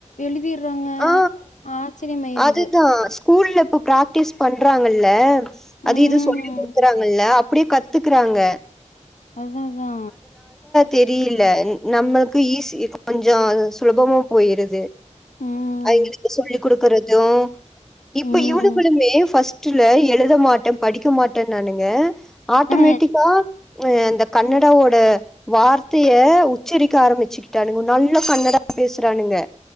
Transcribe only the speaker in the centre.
ஆ
அதுதான் ஸ்கூல்ல இப்போ பிராக்டிஸ் பண்றாங்கள்ள. அது
இது சொல்லி குடுக்குறாங்கல்ல. அப்படியே கத்துக்குறாங்க.
தெரியல நம்மளுக்கு ஈஸி கொஞ்சோ சுலபமா போயிருது.
அவங்களுக்கு சொல்லி் குடுக்குறது இப்ப
இவனுங்களுமே ஃபஸ்ட். சுற்றுல எழுத மாட்ட படிக்க மாட்டனானுங்க. ஆட்டுமேட்டிக்கா
ம்ம் அந்த கன்னடவோட வார்த்தய உச்சரிக்க ஆரம்பிச்சுகிட்டானுங்க நல்ல கன்னட பேசுறானுங்க